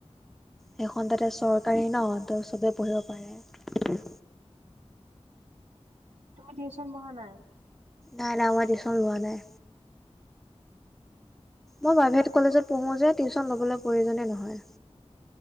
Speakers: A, in the centre; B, on the right.
A: সেইখন তাতে চৰকাৰী ন ত চবে পঢ়িব পাৰে।
B: তুমি টিউচন বহা নাই।
A: নাই নাই মই টিউশন লোৱা নাই। প্ৰাইভেট কলেজত পঢ়ো যে টিউশচন লবলৈ প্ৰয়োজনে নহয়।